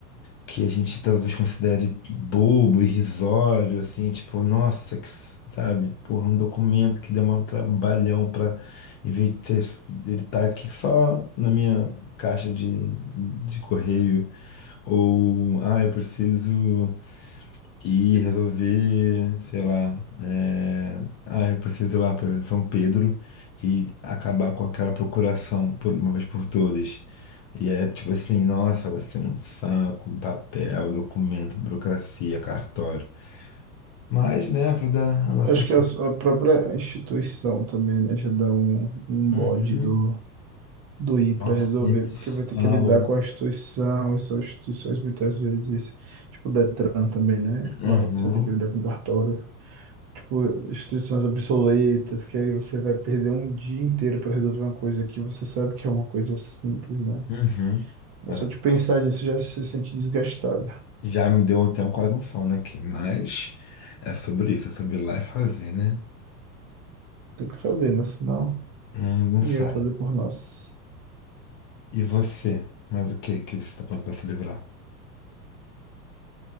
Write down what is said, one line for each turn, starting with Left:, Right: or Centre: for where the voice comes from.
Left: que a gente talvez considere bobo, irrisório, assim, tipo, nossa, que, s- sabe, porra, um documento que demora um trabalhão pra, em vez de ter, ele tá aqui só na minha caixa de, de correio, ou, ah, eu preciso. E resolver, sei lá, é... ah, eu preciso ir lá para São Pedro e acabar com aquela procuração por uma vez por todas. E é tipo assim, nossa, vai ser um saco, um papel, documento, burocracia, cartório. Mas, né, a vida, a nossa.
Right: acho que a, s- a própria instituição também, né, já dá um, um
Left: Uhum.
Right: bode do, do ir para
Left: Nossa,
Right: resolver,
Left: nem me
Right: porque vai ter
Left: fala.
Right: que lidar com a instituição, e são instituições muitas vezes, tipo o Detran também, né?
Left: Uhum.
Right: Lá você vai ter que lidar com cartório. tipo, instituições obsoletas, que aí você vai perder um dia inteiro para resolver uma coisa que você sabe que é uma coisa simples, né?
Left: Uhum.
Right: É
Left: É.
Right: só de pensar nisso já se sente desgastado.
Left: Já me deu até um, quase um sono aqui, mas é sobre isso, é sobre ir lá e fazer, né?
Right: Tem que fazer, né? Senão
Left: Não, não
Right: ninguém
Left: sai.
Right: vai fazer por nós.
Left: E você? Mas o que que você tá pronto pra se livrar?